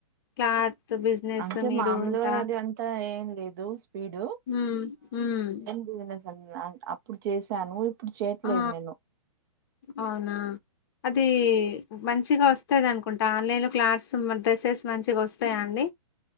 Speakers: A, on the left; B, on the right.
A: క్లాత్ బిజినెస్
B: అంటే
A: మీరు
B: మామలుగా
A: ఇంకా
B: అది అంతా ఏం లేదు స్పీడ్
A: హ్మ్ హ్మ్
B: బిజినెస్ ఆన్ <unintelligible> అప్పుడు చేసాను ఇప్పుడు చేయట్లేదు
A: ఆ
B: నేను
A: అవునా అది మంచిగా వస్తది అనుకుంటా ఆన్లైన్లో క్లాత్స్ డ్రెస్సెస్ మంచిగా వస్తాయా అండి